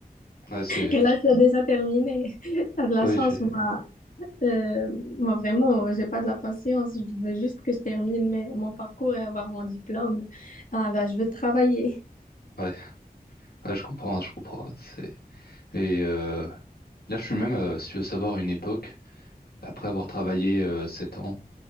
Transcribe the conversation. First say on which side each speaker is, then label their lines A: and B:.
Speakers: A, on the left (about 80°); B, on the left (about 55°).
A: ouais, c'est,
B: Et là, tu as déjà terminé. <laughs> Tu as de la
A: ouais,
B: chance,
A: j'ai,
B: moi. Euh, moi, vraiment, j'ai pas de la patience. Je veux juste que je termine mes- mon parcours et avoir mon diplôme. Ah, bah, je veux travailler.
A: ouais. Ah, je comprends, je comprends. C'est... Et euh, là, je suis même, euh, si tu veux savoir, une époque, après avoir travaillé euh, 7 ans,